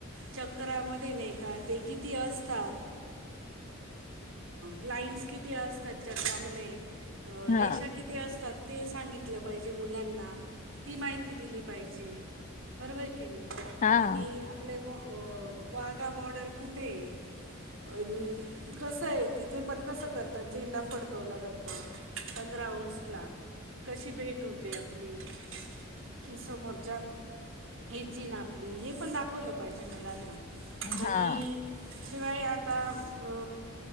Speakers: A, on the right (about 70°); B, on the left (about 35°).
A: चक्रामध्ये नाही का ते किती? असतात. लाईन्स किती? असतात. चक्रामध्ये
B: हा
A: रेषा किती? असतात. ते सांगितलं पाहिजे मुलांना ती माहिती दिली पाहिजे. बरोबर आहे की नाही.
B: हा
A: आणि आपले व वाघा बॉर्डर कुठे? आहे आणि कसं आहे तिथे पण कसं करतात. झेंडा फडकवला जातो. पंधरा ऑगस्ट ला कशी? भेट होते आपली. समोरच्या या्ची हेना आपली हे पण दाखवलं पाहिजे मुलांना.
B: हा
A: आणि शिवाय आता अ